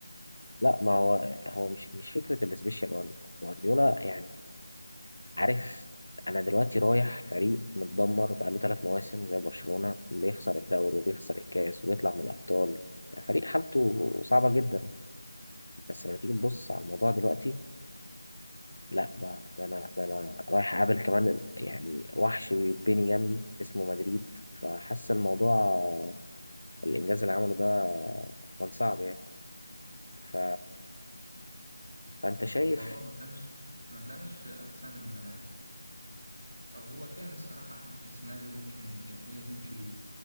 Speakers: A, on the left (about 80°); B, on the right (about 70°).
A: لا ما هو هو مش مش فكرة السبيشال وان جوارديولا يعني عارف انا دلوقتي رايح فريق متدمر بقاله ثلاث مواسم زي برشلونة بيخسر الدوري وبيخسر الكاس وبيطلع من الابطال يعني فريق حالته صعبة جدا بس لما تيجي تبص على الموضوع دلوقتي لا ده ده انا ده انا رايح اقابل كمان يعني وحش بيتبني جنبي اسمه مدريد فحاسس الموضوع الانجاز اللي عمله ده كان صعب يعني ف... فانت شايف
B: هو اه ما كانش ما كانش احسن أو هو كان الصراحة احسن سيناريو ممكن الدنيا تمشي بيه